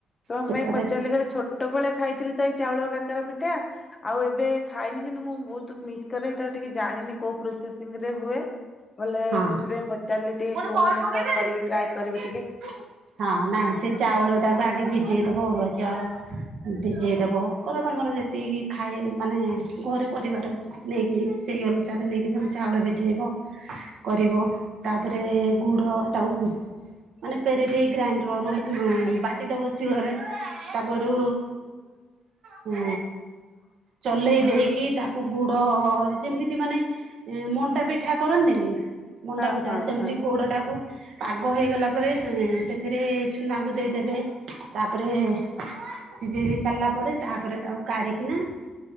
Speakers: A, on the left (about 30°); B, on the right (about 70°).
A: କଣ
B: ସେକାଟା
A: ପାଇଁ ପଚାରିଲି ଗଲେ ଛୋଟବେଳେ ଖାଇଥିଲି ତ ଏଇ ଚାଉଳ କାକରା ପି ଠା, ଆଉ ଏବେ ଖାଇନି କିନ୍ତୁ ମୁଁ ବହୁତ ମିସ୍ କରେ ସେଟା ଟିକେ ଜାଣିନି କୋଉ ପ୍ରୋସେସ ରେ ହୁଏ ବଲେ
B: ହଁ।
A: ସେଥିପାଇଁ ପଚାର ଟିକେ
B: ପୁଣି
A: କୁହ
B: ବଲ୍
A: ହେଲେ
B: ପକେଇ
A: କରିବି
B: ପାରିବି
A: ଟ୍ରାଏ
B: ଏଇଠି
A: କରିବି
B: ପକେଇବି।
A: ଟିକେ।
B: ହଁ ନାଇଁ ସେ ଚାଉଳ ଟାକୁ ଆଗେ ଭିଜେଇଦବ ଅରୁଆ ଚାଉଳ ଭିଜେଇଦବ କର ତମର ଯେତିକି ଖାଏ ମାନେ ଘରେ ପରିବାର ନେଇକିନି ସେଇ ଅନୁସାରେ ନେଇକି ତମେ ଚାଉଳ ଭିଝେଇବ କରିବ। ତାପରେ ଗୁଡ ତାକୁ ମାନେ ପେରି ଦେଇ ଗ୍ରାଇଣ୍ଡର ନହେଲେ ବାଟି ଦବ ଶିଳରେ ତାକୁଠୁ ହୁଁ ଚଲେଇ ଦେଇକି ତାକୁ ଗୁଡ ଯେମିତି ମାନେ ମଣ୍ଡା ପିଠା କରନ୍ତିନି ମଣ୍ଡା
A: ହଁ
B: ପିଠା ଟା
A: ହଁ
B: ସେମିତି
A: ହଁ।
B: ଗୋଡ ଟାକୁ ପାଗ ହେଇଗଲା ପରେ ସେ ଏଥିରେ ଚୁନା କ ଦେଇଦେବେ ତାପରେ ସିଝେଇ ଦେଇ ସାରିଲା ପରେ ତାପରେ ତାକୁ କାଢିକିନା